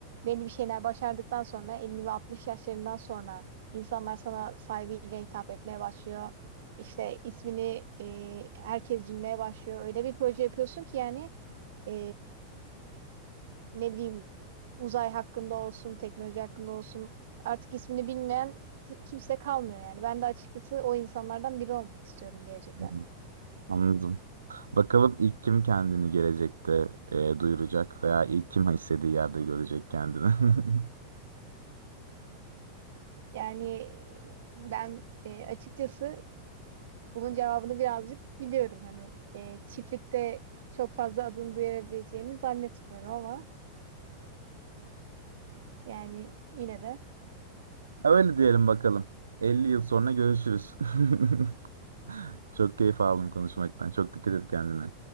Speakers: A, on the right; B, on the right.
A: belli bir şeyler başardıktan sonra 50 ve 60 yaşlarından sonra insanlar sana saygıyla hitap etmeye başlıyor. İşte ismini e, herkes bilmeye başlıyor. Öyle bir proje yapıyorsun ki yani e, ne bileyim uzay hakkında olsun, teknoloji hakkında olsun artık ismini bilmeyen ki- kimse kalmıyor yani. Ben de açıkçası o insanlardan biri olmak istiyorum gelecekte.
B: Hmm, Anladım. Bakalım ilk kim kendini gelecekte e, duyuracak veya ilk kim istediği yerde görecek kendini. <laughs>
A: Yani e, ben e, açıkçası bunun cevabını birazcık biliyorum. Hani e, çiftlikte çok fazla adını duyabileceğini zannetmiyorum ama yani yine de.
B: Öyle diyelim bakalım. 50 yıl sonra görüşürüz. <laughs> Çok keyif aldım konuşmaktan. Çok dikkat et kendine.